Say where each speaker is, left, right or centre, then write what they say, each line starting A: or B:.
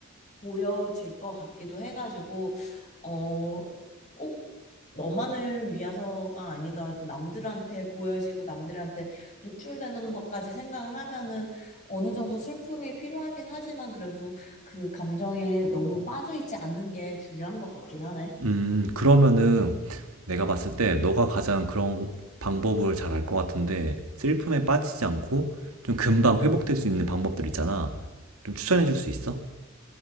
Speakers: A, on the left; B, on the right.
A: 보여질 것 같기도 해가지고, 어, 꼭 너만을 위해서가 아니더라도 남들한테 보여지고 남들한테 노출되는 것까지 생각을 하면은 어느 정도 슬픔이 필요하긴 하지만 그래도 그 감정에 너무 빠져있지 않는 게 중요한 것 같긴 하네.
B: 음, 그러면은 내가 봤을 때 너가 가장 그런 방법을 잘 알 것 같은데 슬픔에 빠지지 않고 좀 금방 회복될 수 있는 방법들 있잖아. 좀 추천해 줄 수 있어?